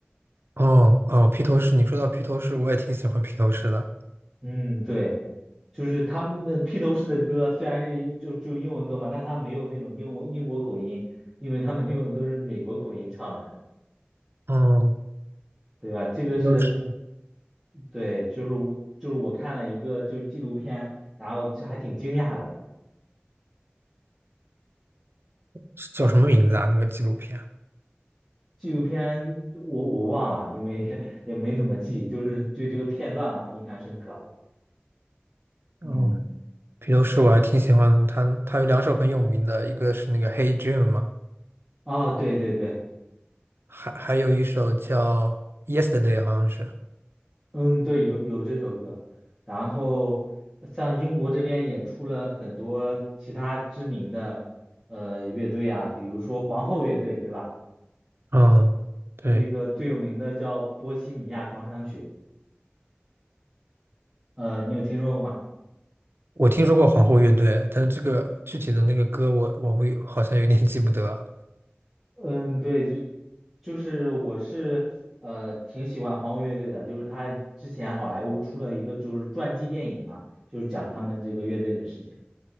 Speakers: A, on the right; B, in the centre.
A: 哦哦，披头士，你说到披头士，我也挺喜欢披头士的。
B: 嗯，对，就是他们的披头士的歌虽然是就就英文歌嘛，但他没有那种英国英国口音，因为他们用的都是美国口音唱的，
A: 嗯，
B: 对吧？这个是
A: 披头士
B: 对，就是我就是我看了一个就是纪录片，然后这还挺惊讶的。
A: 是叫什么名字啊？那个纪录片？
B: 纪录片我我忘了，因为 <laughs> 也没怎么记，就是对这个片段嘛印象深刻。
A: 哦，
B: 嗯，
A: 披头士我还挺喜欢他，他有两首很有名的，一个是那个《Hey Jude》嘛，
B: 啊，对对对。
A: 还还有一首叫《Yesterday》，好像是。
B: 嗯，对，有有这首歌，然后像英国这边也出了很多其他知名的呃乐队啊，比如说皇后乐队，对吧？
A: 嗯，对。
B: 那个最有名的叫《波西米亚狂想曲》，呃，你有听说过吗？
A: 我听说过皇后乐队，但是这个具体的那个歌我我不好像有点记不得。
B: 嗯，对，就就是我是呃挺喜欢皇后乐队的，就是他之前好莱坞出了一个就是传记电影嘛，就是讲他们这个乐队的事情。